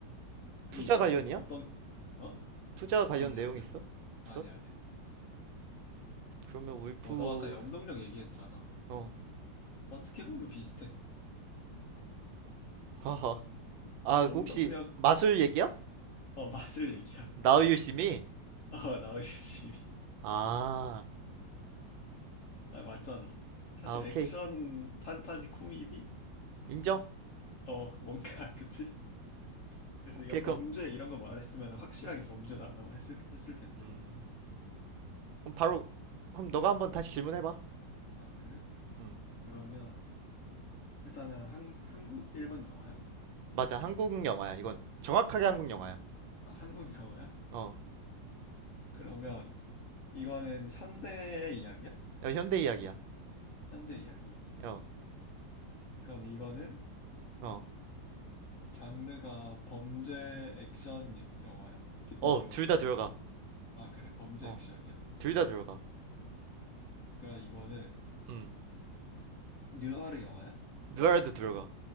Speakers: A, on the right (about 90°); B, on the left (about 70°).
A: 투자
B: 뭐야?
A: 관련이야?
B: 어떤 어?
A: 투자 관련
B: 아니야
A: 내용
B: 아니야
A: 있어? 없어?
B: 아니야 아니야.
A: 그러면 울프
B: 어 너 아까 염동력 얘기했잖아.
A: 어.
B: 어떻게 보면 비슷해.
A: <laughs> 하하. 아,
B: 염동력
A: 그 혹시 마술 얘기야?
B: 어어 마술 얘기야.
A: 나우유 심이
B: <laughs> 어 나오기 심히.
A: 아.
B: 아, 맞잖아. 사실
A: 아, 오케이.
B: 액션 판타지 코미디?
A: 인정.
B: 어, 뭔가, <laughs> 그치? 그래서
A: 오케이.
B: 네가 범죄
A: 그럼
B: 이런 거 말했으면 확실하게 범죄다라고 했을, 했을 텐데.
A: 음. 그럼 바로 그럼 너가 한번 다시 질문해 봐.
B: 아, 그래?
A: 음.
B: 그러면 일단은 한, 한국, 일본 영화야?
A: 맞아. 한국 영화야. 이건 정확하게 한국 영화야.
B: 아, 한국 <laughs> 영화야?
A: 어.
B: 그러면 이거는 현대 이야기야?
A: 야, 현대 이야기야.
B: 현대 이야기.
A: 어.
B: 그럼 이거는
A: 어.
B: 장르가 범죄 액션 영화야? 드-
A: 어,
B: 이 들어가
A: 둘
B: 있어?
A: 다 들어가.
B: 포- 아, 그래? 범죄
A: 어.
B: 액션이야?
A: 둘 다 들어가.
B: 그럼 이거는
A: 음.
B: 느와르 영화야?
A: 누아르도 들어가.